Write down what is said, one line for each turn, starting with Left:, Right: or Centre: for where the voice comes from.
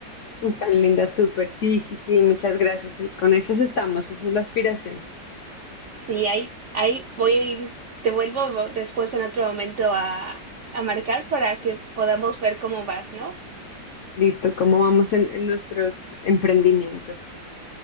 Left: <laughs> Tan linda, súper. Sí, sí, sí, muchas gracias. Y Con esas estamos, esa es la aspiración.
Right: Sí, ahí, ahí voy a ir, te vuelvo después en otro momento a, a marcar para que podamos ver cómo vas, ¿no?
Left: Listo, ¿cómo vamos en, en nuestros emprendimientos?